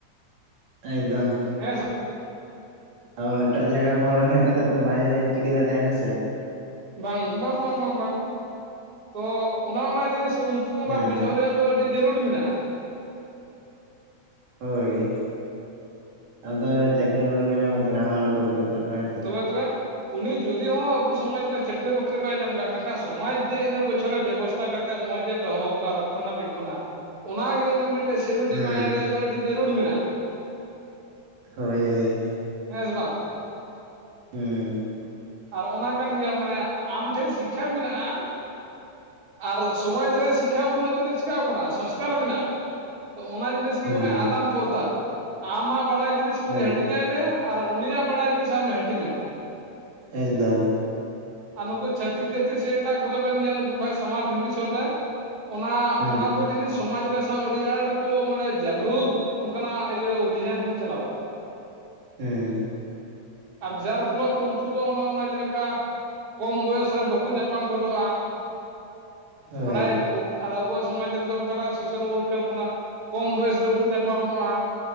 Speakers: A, on the right; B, on the right.
A: ᱮᱠᱫᱚᱢ
B: ᱦᱮᱸ <unintelligible>
A: ᱟᱨ ᱮᱴᱟᱜ ᱡᱟᱭᱜᱟ ᱦᱚᱲ ᱦᱮᱡ ᱠᱟᱛᱮᱜ ᱫᱚ ᱵᱟᱭ ᱪᱤᱠᱟᱹ ᱫᱟᱲᱮᱭᱟᱜᱼᱟ ᱦᱮᱸᱥᱮ᱾
B: ᱵᱟᱝ ᱵᱟᱝ ᱵᱟᱝ ᱵᱟᱝ ᱵᱟᱝ ᱛᱚ ᱚᱱᱟ ᱚᱱᱟ ᱡᱤᱱᱤᱥ ᱩᱱᱠᱩ
A: ᱦᱮᱸ
B: ᱚᱱᱟ ᱵᱩᱡᱷᱟᱹᱣ ᱨᱮᱭᱟᱜ ᱫᱚ ᱟᱹᱰᱤ ᱡᱟᱹᱨᱩᱲ ᱢᱮᱱᱟᱜᱼᱟ᱾
A: ᱦᱳᱭ ᱟᱫᱚ ᱪᱟᱹᱠᱨᱤ ᱵᱟᱹᱠᱨᱤ ᱠᱚ ᱧᱟᱢ ᱠᱟᱛᱮᱜ ᱜᱷᱟᱣᱟᱱ ᱠᱚ ᱩᱫᱩᱜ ᱛᱟᱠᱚᱣᱟ᱾ ᱥᱮ
B: <unintelligible> ᱩᱱᱤ ᱡᱩᱫᱤ ᱦᱚᱸ ᱟᱵᱩ ᱥᱚᱢᱟᱡᱽ ᱨᱮ ᱪᱟᱹᱠᱨᱤ-ᱵᱟᱹᱠᱨᱤ ᱵᱟᱭ ᱧᱟᱢ ᱠᱟᱜ-ᱟ ᱢᱮᱱᱠᱷᱟᱱ ᱥᱚᱢᱟᱡᱽ ᱡᱮ ᱤᱱᱟᱹᱜ ᱵᱚᱪᱷᱚᱨ ᱨᱮ ᱵᱮᱵᱚᱥᱛᱷᱟ ᱠᱟᱛ ᱢᱚᱡᱮ ᱫᱚᱦᱚ ᱟᱠᱟᱜ-ᱟ ᱨᱚᱠᱷᱚᱱᱟ ᱵᱤᱠᱷᱚᱱᱟ ᱚᱱᱟᱜᱮ ᱩᱱᱤ ᱢᱤᱫ ᱥᱮᱞᱩᱰᱤ
A: ᱦᱩᱸ
B: ᱢᱟᱭ ᱨᱮᱭᱟᱜ ᱫᱚ ᱟᱹᱰᱤ ᱡᱟᱹᱨᱩᱲ ᱢᱮᱱᱟᱜ-ᱟ᱾
A: ᱦᱚᱭ ᱦᱚᱭ᱾
B: ᱦᱮᱸ ᱥᱮ ᱵᱟᱝ?
A: ᱦᱮᱸ
B: ᱟᱨ ᱚᱱᱟ ᱠᱟᱱ ᱜᱮᱭᱟ ᱢᱟᱱᱮ ᱟᱢ ᱴᱷᱮᱱ ᱥᱤᱠᱷᱭᱟ ᱢᱮᱱᱟᱜ-ᱟ, ᱟᱨ ᱥᱚᱢᱟᱡᱽ ᱨᱮ ᱥᱤᱠᱷᱭᱟ ᱵᱟᱹᱱᱩᱜ ᱛᱮᱫᱚ ᱪᱮᱠᱟ ᱟᱵᱚᱱᱟ ᱥᱚᱸᱥᱠᱟᱨ ᱢᱮᱱᱟᱜ-ᱟ ᱛᱚ ᱚᱱᱟ ᱡᱤᱱᱤᱥ ᱜᱮ
A: ᱦᱩᱸ
B: ᱢᱟᱱᱮ ᱟᱫᱟᱱ-ᱯᱨᱚᱫᱟᱱ ᱟᱢᱟᱜ ᱵᱟᱰᱟᱭ ᱡᱤᱱᱤᱥ ᱩᱱᱤ
A: ᱦᱳᱭ
B: ᱦᱟᱹᱴᱤᱧᱟᱭ ᱢᱮ ᱟᱨ ᱩᱱᱤᱭᱟᱜ ᱵᱟᱰᱟᱭ ᱡᱤᱱᱤᱥ ᱟᱢᱮ ᱦᱟᱹᱴᱤᱧ ᱟᱢᱟ᱾
A: ᱮᱠ ᱫᱚᱢ᱾
B: ᱟᱨ ᱱᱩᱠᱩ ᱪᱷᱟᱹᱛᱤᱠ ᱡᱟᱹᱛᱤ ᱥᱮ ᱮᱴᱟᱜ ᱠᱚᱫᱚ ᱵᱮᱱ ᱧᱮᱞ ᱞᱮᱠᱚ ᱠᱷᱟᱡ ᱥᱟᱢᱟᱨ ᱵᱷᱮᱠᱤᱥᱚᱱ ᱨᱮ ᱚᱱᱟ
A: ᱦᱩᱸ
B: ᱚᱱᱟᱠᱚ ᱡᱤᱱᱤᱥ ᱥᱚᱢᱟᱡᱽ ᱨᱮ ᱥᱟᱶ ᱟᱹᱰᱤ ᱟᱸᱴ ᱠᱚ ᱢᱟᱱᱮ ᱡᱟᱜᱽᱨᱩᱛ, ᱚᱱᱠᱟᱱᱟᱜ ᱤᱭᱟᱹ ᱚᱵᱷᱤᱡᱟᱱ ᱠᱚ ᱪᱟᱞᱟᱣᱟ᱾
A: ᱦᱮᱸ
B: ᱟᱨ ᱡᱟᱨ ᱯᱷᱚᱞᱚ ᱫᱚ ᱩᱱᱠᱩ ᱫᱚ ᱚᱱᱮ ᱚᱱᱟ ᱡᱮᱞᱮᱠᱟ ᱠᱚᱢ ᱵᱚᱭᱚᱥ ᱨᱮ ᱵᱟᱠᱚ ᱧᱟᱯᱟᱢ ᱜᱚᱫᱚᱜ-ᱟ᱾
A: ᱦᱳᱭ
B: ᱵᱟᱰᱟᱭᱟᱠᱚ, ᱟᱨ ᱟᱵᱚᱣᱟᱜ ᱥᱚᱢᱟᱡᱽ ᱨᱮᱫᱚ ᱚᱱᱠᱟᱱᱟᱜ ᱥᱚᱥᱟᱞ ᱣᱟᱨᱠᱟᱨ ᱵᱚᱱᱟ ᱠᱚᱢ ᱵᱚᱭᱮᱥ ᱨᱮᱵᱚᱱ ᱧᱟᱯᱟᱢᱚᱜ-ᱟ᱾